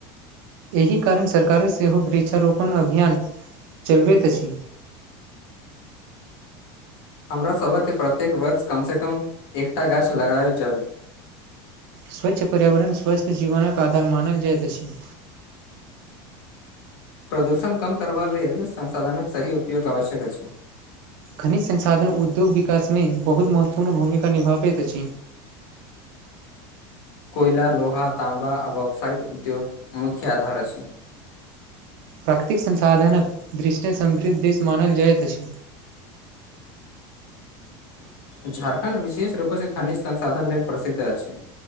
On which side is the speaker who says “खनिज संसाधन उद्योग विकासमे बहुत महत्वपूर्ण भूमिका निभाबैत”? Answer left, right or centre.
Right